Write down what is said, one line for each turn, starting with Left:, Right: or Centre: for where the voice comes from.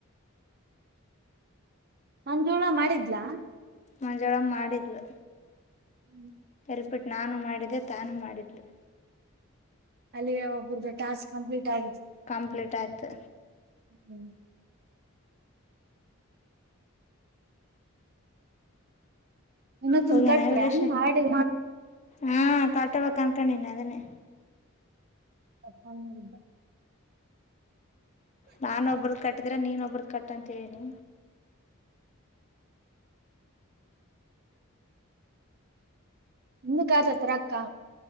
Right: ಒಂದಜೋಳ ಮಾಡಿದ್ಲಾ
Left: ಮಂಜವಾಳ ಮಾಡಿದ್ಲು
Right: ಹ್ಮ್
Left: ರಿಪೀಟ್ ನಾನು ಮಾಡಿದ್ದೆ ತಾನು ಮಾಡಿದ್ಲು
Right: ಅಲ್ಲಿ ಒಬ್ರ್ದ ಟಾಸ್ಕ್ ಕಂಪ್ಲೀಟ್ ಆಗ
Left: ಕಂಪ್ಲೀಟ್ ಆಯ್ತು
Right: ಹ್ಮಞ ಇನ್ನೊತ್ತನ್
Left: ಹೋಗನ
Right: ಕಟ್ಟ್ರ
Left: ರಷ
Right: ಮಾಡಿ
Left: ಹಾ ಕಟಬೇಕ ಅನ್ಕೊಂಡಿನಿ ಅದನ್ನೇ
Right: ಫಾನ್ ಮಾಡಿದ್ದ <inaudible>
Left: ನಾನ ಒಬ್ಬ್ರ ಕಟ್ಟಿದ್ರೆ ನೀನ್ ಒಬ್ಬ್ರಗ್ ಕಟ್ಟಂತ ಹೇಳನಿ
Right: ನಿಮ ಕಾತಾರ್ತಾರೆ ಅಕ್ಕಾ